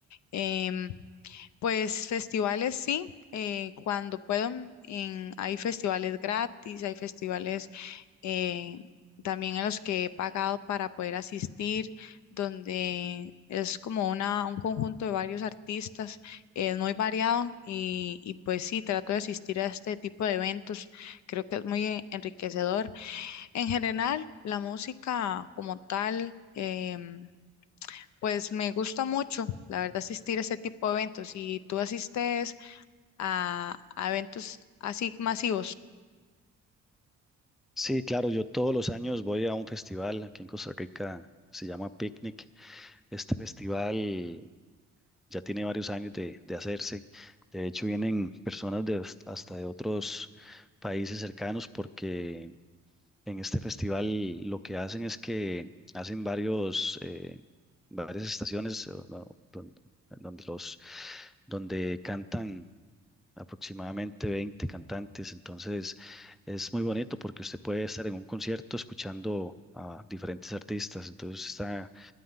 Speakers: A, on the left; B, in the centre.
A: Em, pues festivales sí. eh, cuando puedo, mm, en- hay festivales gratis, hay festivales eh, también en los que he pagado para poder asistir, donde es como una, un conjunto de varios artistas, es muy variado y, y pues sí, trato de asistir a este tipo de eventos, creo que es muy enriquecedor. En general, la música como tal, em, pues me gusta mucho, la verdad, asistir a este tipo de eventos. ¿Y tú asistes a, a eventos así masivos?
B: Sí, claro, yo todos los años voy a un festival aquí en Costa Rica, se llama Picnic. Este festival ya tiene varios años de, de hacerse. De hecho, vienen personas de hasta de otros países cercanos porque En este festival lo que hacen es que hacen varios, eh, varias estaciones eh, no, don- donde, los, donde cantan aproximadamente 20 cantantes. Entonces es muy bonito porque usted puede estar en un concierto escuchando a diferentes artistas. Entonces está